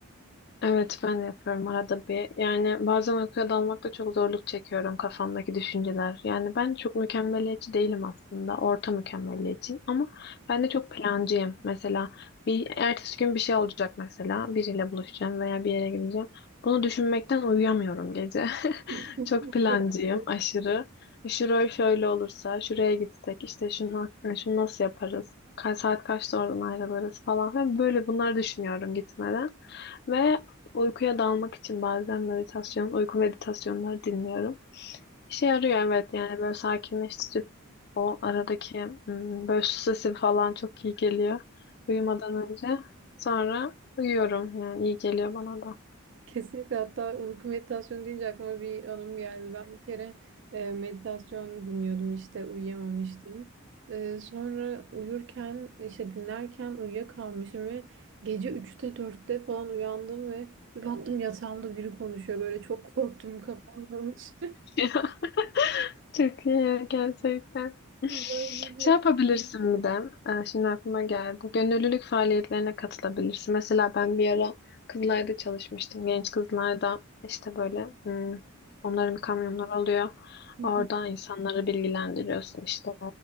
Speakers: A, on the left (about 50°); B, on the right (about 55°).
A: Evet ben de yapıyorum arada bir. Yani bazen uykuya dalmakta çok zorluk çekiyorum kafamdaki düşünceler. Yani ben çok mükemmeliyetçi değilim aslında. Orta mükemmeliyetçiyim ama ben de çok plancıyım. Mesela bir ertesi gün bir şey olacak mesela. Biriyle buluşacağım veya bir yere gideceğim. Bunu düşünmekten uyuyamıyorum gece. <laughs>
B: <laughs>
A: Çok plancıyım aşırı. Şurayı şöyle olursa, şuraya gitsek, işte şunu, şunu nasıl yaparız? Kaç saat kaçta oradan ayrılırız falan. Ve böyle bunları düşünüyorum gitmeden. Ve Uykuya dalmak için bazen meditasyon, uyku meditasyonları dinliyorum. İşe yarıyor evet yani böyle sakinleştirip o aradaki hmm, böyle su sesi falan çok iyi geliyor uyumadan önce. Sonra uyuyorum yani iyi geliyor bana da.
B: Kesinlikle hatta uyku meditasyonu deyince aklıma bir anım geldi. Ben bir kere e, meditasyon dinliyordum işte uyuyamamıştım. E, sonra uyurken işte dinlerken uyuyakalmışım ve gece üçte dörtte falan uyandım ve bir baktım yatağımda biri konuşuyor. Böyle çok korktum kapanmamış.
A: <laughs> Çok iyi ya, gerçekten.
B: <laughs> Böyle bir...
A: Şey yapabilirsin bir de. e, Şimdi aklıma geldi. Gönüllülük faaliyetlerine katılabilirsin. Mesela ben bir ara kızlarda çalışmıştım. Genç kızlarda işte böyle hmm, onların kamyonları oluyor.
B: Hı.
A: Orada insanları bilgilendiriyorsun işte.